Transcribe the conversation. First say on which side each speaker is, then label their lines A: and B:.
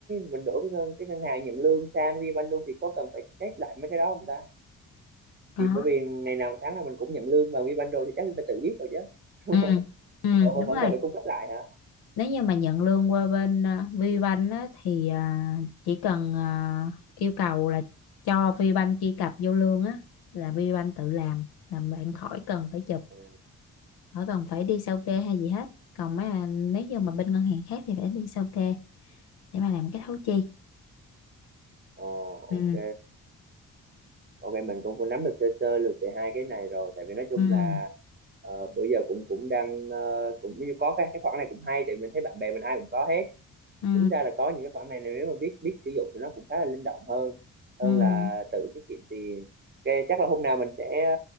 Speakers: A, on the right; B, on the left.
A: mình đổi cái ngân cái ngân hàng nhận lương sang VBank luôn thì có cần phải check lại mấy cái đó không ta
B: có
A: thì bởi vì ngày nào tháng nào mình cũng nhận lương vào WeBank rồi thì chắc mình phải tự biết rồi chứ <laughs>
B: ừ ừ
A: vẫn
B: đúng
A: vẫn
B: rồi
A: cần phải cung cấp lại hả
B: nếu như mà nhận lương qua bên à, VBank á, thì à, chỉ cần à, yêu cầu là cho VBank truy cập vô lương á là VBank tự làm là bạn khỏi cần phải chụp
A: à,
B: khỏi cần phải đi sao kê hay gì hết còn mấy à, nếu như mà bên ngân hàng khác thì phải đi sao kê để mà làm cái thấu chi
A: ồ,
B: ừ
A: ok ok mình cũng cũng nắm được sơ sơ lược về hai cái này rồi tại vì nói chung
B: ừ
A: là ờ, bữa giờ cũng cũng đang ờ, cũng như có cái cái khoản này cũng hay tại mình thấy bạn bè mình ai cũng có hết
B: ừ
A: tính ra là có những cái khoản này nếu mà biết biết sử dụng thì nó cũng khá là linh động hơn hơn
B: ừ
A: là tự tiết kiệm tiền ok chắc là hôm nào mình sẽ